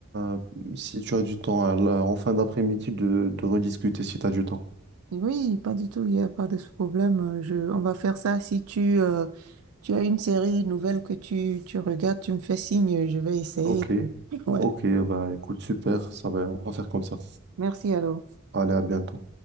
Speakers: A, on the right; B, on the right.
A: euh, si tu as du temps, à la- en fin d'après-midi, de, de rediscuter si tu as du temps.
B: Oui, pas du tout, il n'y a pas de ce problème. euh, Je, on va faire ça. Si tu, euh, tu as une série nouvelle que tu, tu regardes, tu me fais signe, je vais essayer.
A: Ok.
B: <laughs> Ouais.
A: Ok, bah écoute, super, ça va, on va faire comme ça.
B: Merci alors.
A: Allez, à bientôt.